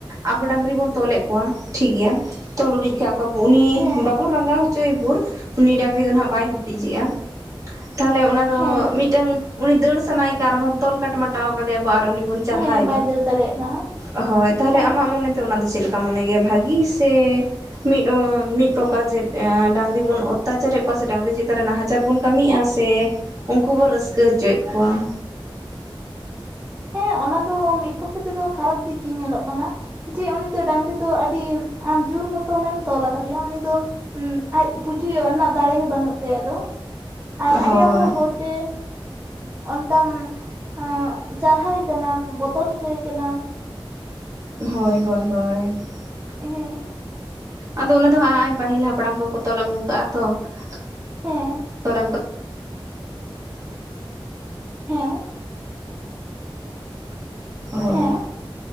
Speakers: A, on the right (about 40°); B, on the right (about 20°).
A: ᱟᱵᱚ ᱰᱟᱝᱨᱤ ᱵᱚᱱ ᱛᱚᱞᱮᱫ ᱠᱚᱣᱟ ᱴᱷᱤᱠ ᱜᱮᱭᱟ ᱛᱚᱞ ᱩᱨᱤᱡ ᱟᱠᱟᱜ ᱠᱚᱣᱟ ᱵᱚᱱ ᱩᱱᱤ
B: ᱦᱮᱸ
A: ᱵᱟᱵᱚᱱ ᱨᱟᱸᱜᱟᱣ ᱦᱚᱪᱚᱭᱮᱵᱷᱚᱨ ᱩᱱᱤ ᱰᱟᱹᱟᱝᱨᱤ ᱫᱚ ᱱᱟᱦᱟᱜ ᱵᱟᱭ ᱦᱩᱴᱤᱡᱮᱜᱼᱟ ᱛᱟᱦᱚᱞᱮ ᱚᱱᱟ ᱫᱚ
B: ᱦᱮᱸ
A: ᱢᱤᱫᱴᱟᱝ ᱩᱱᱤ ᱫᱟᱹᱲ ᱥᱟᱱᱟᱭᱮ ᱠᱟᱱ ᱨᱮᱦᱚᱸ ᱛᱚᱞ ᱠᱟᱴ ᱢᱟᱴᱟᱣ ᱟᱠᱟᱫᱮᱭᱟᱵᱚᱱ ᱟᱨ ᱩᱱᱤ ᱵᱚᱱ ᱪᱟᱨᱦᱟᱣ
B: ᱦᱮᱸ ᱵᱟᱭ ᱫᱟᱹᱲ ᱫᱟᱲᱮᱭᱟᱜ ᱠᱟᱱᱟ
A: ᱦᱳᱭ ᱛᱟᱦᱚᱞᱮ
B: ᱦᱮᱸ
A: ᱟᱢᱟᱜ ᱢᱚᱱᱮᱛᱮ ᱚᱱᱟ ᱫᱚ ᱪᱮᱫ ᱞᱮᱠᱟ ᱢᱚᱱᱮ ᱜᱮᱭᱟ ᱵᱷᱟᱜᱤ ᱥᱮ ᱢᱤᱫ ᱢᱤᱫ ᱯᱨᱚᱠᱟᱨ ᱡᱮ ᱰᱟᱹᱟᱝᱨᱤ ᱵᱚᱱ ᱚᱛᱛᱟᱪᱟᱨᱮᱫ ᱠᱚᱣᱟ ᱥᱮ ᱰᱟᱝᱝᱨᱤ ᱪᱮᱛᱟᱱ ᱨᱮ ᱱᱟᱦᱟᱪᱟᱨ ᱵᱚᱱ ᱠᱟᱹᱢᱤᱜᱼᱟ ᱥᱮ ᱩᱱᱠᱩ ᱵᱚ ᱨᱟᱹᱥᱠᱟᱹ ᱦᱚᱪᱚᱭᱮᱫ ᱠᱚᱣᱟ ᱾
B: ᱦᱮᱸ ᱚᱱᱟ ᱫᱚ ᱢᱤᱫ ᱯᱚᱠᱷᱮ ᱛᱮᱫᱚ ᱠᱷᱟᱨᱟᱯ ᱫᱤᱠ ᱜᱮ ᱧᱮᱞᱚᱜ ᱠᱟᱱᱟ ᱡᱮ ᱩᱱᱤ ᱫᱚ ᱰᱟᱝᱨᱤ ᱫᱚ ᱟᱹᱰᱤ ᱟᱢ ᱡᱳᱨ ᱢᱚᱛᱚᱱᱮ ᱮᱢ ᱛᱚᱞ ᱟᱠᱟᱫᱮᱭᱟ ᱩᱱᱤ ᱫᱚ ᱦᱩᱸ ᱟᱡ ᱯᱩᱪᱩᱡᱚᱜ ᱨᱮᱱᱟᱜ ᱫᱟᱲᱮᱜ ᱜᱮ ᱵᱟᱹᱱᱩᱜ ᱛᱟᱭᱟ ᱟᱫᱚ ᱾ ᱟᱨ
A: ᱦᱳᱭ
B: ᱟᱹᱰᱤ ᱟᱢᱫᱟ ᱦᱚᱲᱛᱮ ᱚᱱᱠᱟᱱ ᱟ ᱪᱟᱨᱦᱟᱣ ᱠᱟᱱᱟᱢ ᱵᱚᱛᱚᱨ ᱦᱚᱪᱚᱭᱮ ᱠᱟᱱᱟᱢ
A: ᱦᱳᱭ ᱦᱳᱭ ᱦᱳᱭ ᱾
B: ᱦᱮᱸ ᱾
A: ᱟᱫᱚ ᱚᱱᱟ ᱫᱚ ᱱᱟᱜ ᱯᱟᱹᱦᱤᱞ ᱦᱟᱯᱲᱟᱢ ᱠᱚᱠᱚ ᱛᱚᱞ ᱟᱹᱜᱩ ᱠᱟᱜᱼᱟ ᱛᱚᱞ
B: ᱦᱮᱸ ᱦᱮᱸ
A: ᱦᱳᱭ
B: ᱦᱮᱸ